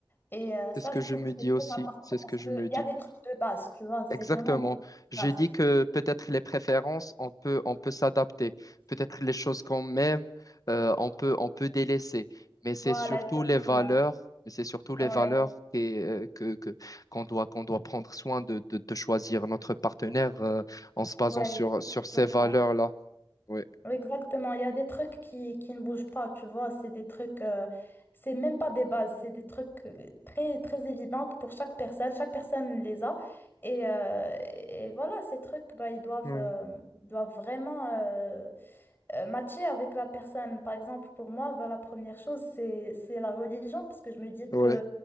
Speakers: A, on the left (about 25°); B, on the left (about 45°).
A: Et euh,
B: C'est
A: ça,
B: ce que
A: je trouve
B: je me
A: que
B: dis
A: c'est très
B: aussi.
A: important
B: C'est ce
A: parce
B: que
A: qu'il
B: je me
A: y
B: dis.
A: a des trucs de base, tu vois, c'est
B: Exactement.
A: vraiment des trucs de
B: J'ai
A: base.
B: dit que peut-être les préférences, on peut, on peut s'adapter. Peut-être les choses qu'on aime, euh, on peut, on peut délaisser. Mais c'est
A: Voilà,
B: surtout
A: exactement.
B: les valeurs, mais c'est surtout les
A: Ouais,
B: valeurs qui, euh, que, que, qu'on doit, qu'on doit prendre soin de, de, de choisir notre partenaire, euh, en se basant
A: ouais,
B: sur, sur ces
A: exactement.
B: valeurs-là. Oui,
A: Ouais, Exactement, il y a des trucs qui, qui ne bougent pas, tu vois, c'est des trucs, euh, c'est même pas des bases, c'est des trucs euh, très, très évidentes pour chaque personne, chaque personne les a. Et, euh, et voilà, ces trucs, bah, ils doivent,
B: oui,
A: euh, doivent vraiment, euh, euh, matcher avec la personne. Par exemple, pour moi, ben, la première chose, c'est, c'est la religion, parce que je me dis
B: oui,
A: que